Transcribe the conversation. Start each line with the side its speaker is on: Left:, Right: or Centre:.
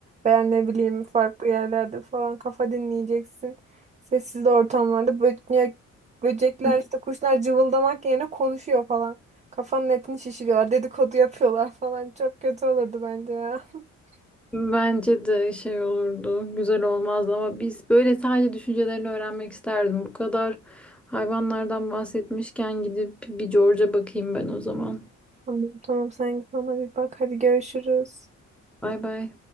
Right: Veya ne bileyim farklı yerlerde falan kafa dinleyeceksin. Sessiz ortamlarda böyle Böcekler
Centre: <laughs>
Right: işte kuşlar cıvıldamak yerine konuşuyor falan. Kafanın etini şişiriyorlar. Dedikodu yapıyorlar falan. Çok kötü olurdu bence ya. <laughs>
Centre: Bence de şey olurdu, güzel olmazdı ama biz böyle sadece düşüncelerini öğrenmek isterdim. Bu kadar hayvanlardan bahsetmişken gidip bir George'a bakayım ben o zaman.
Right: Tamam, tamam sen git ona bir bak. Hadi görüşürüz.
Centre: Bay bay.